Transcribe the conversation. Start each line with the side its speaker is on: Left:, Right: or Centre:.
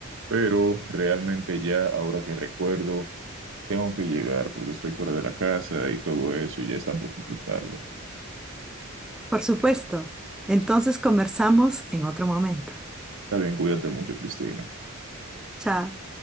Right: pero realmente ya ahora que recuerdo. Tengo que llegar porque estoy fuera de la casa y todo eso y ya está un poquito tarde.
Centre: Por supuesto. Entonces conversamos en otro momento.
Right: Está bien, cuídate mucho, Cristina.
Centre: Chao.